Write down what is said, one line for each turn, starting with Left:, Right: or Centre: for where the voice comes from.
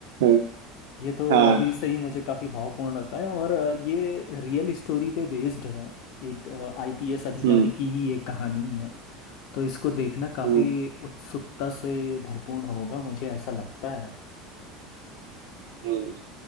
Right: हाँ
Left: ये तो
Right: हाँ,
Left: अभी से ही मुझे काफी भावपूर्ण लगता है और अ, ये रियल स्टोरी पे बेस्ड है एक आईपीएस अधिकारी
Right: हम्म
Left: की ही एक कहानी है तो इसको देखना काफी
Right: हम्म
Left: उत्सुकता से भरपूर होगा मुझे ऐसा लगता है
Right: हम्म।